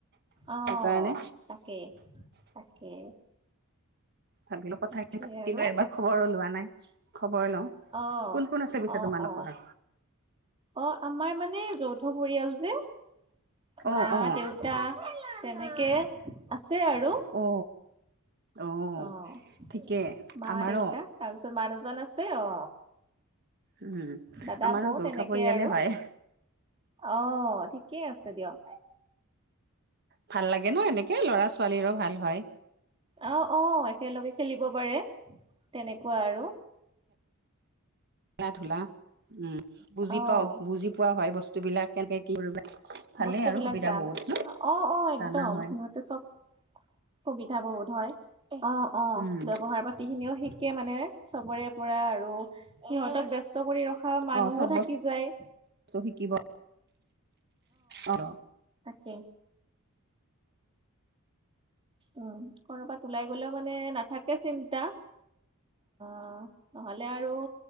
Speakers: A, on the right; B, on the right.
A: আহ
B: সেইকাৰণে
A: তাকে তাকে
B: ভাবিলো কথাখিনি
A: তাকে
B: পাতি
A: আৰু
B: লওঁ এবাৰ খবৰো লোৱা নাই খবৰ লওঁ
A: অ',
B: কোন কোন আছেছে
A: অ',
B: পিছে তোমালোকৰ
A: অ', অ আমাৰ মানে যৌথ পৰিয়াল যে
B: অ
A: মা
B: অ
A: দেউতা তেনেকে আছে আৰু
B: অ অ
A: আহ
B: ঠিকে
A: মা
B: আমাৰো
A: দেউতা তাৰপিছত মানুহজন আছে অ
B: উম
A: দাদা,
B: আমাৰো
A: বৌ
B: যৌথ
A: তেনেকে
B: পৰিয়ালে
A: আৰু
B: হয়
A: অ ঠিকেই আছে। চতি অ
B: ভাল লাগে ন? এনেকে ল, ৰা-ছোৱালীৰো ভাল হয়।
A: অ', অ', একেলগে খেলিব পাৰে, তেনেকুৱা আৰু।
B: খেলা-ধূলা, উম বুজি
A: অ',
B: পাও। বুজি পোৱা হয় বস্তু বিলাক। কেনেকে কি কৰিব ভালে
A: বস্তুবিলাক
B: আৰু সুবিধা
A: যান,
B: বহুত ন
A: অ-অ একদম।
B: জানা হয়
A: সিহঁতে চব সুবিধা বহুত হয়। অ-অ
B: উম
A: ব্যৱহাৰ পাতি খিনিও শিকে মানে চবৰে। পৰা আৰু সিহঁতক ব্যস্ত কৰি ৰখ মানুহো
B: অ চব
A: থাকি
B: বস্তু
A: যায়।
B: শিকিব অ।
A: কে উ, কৰবাত ওলাই গলেও মানে নাথাকে চিন্তা।
B: <inaudible>
A: অ, নহলে আৰু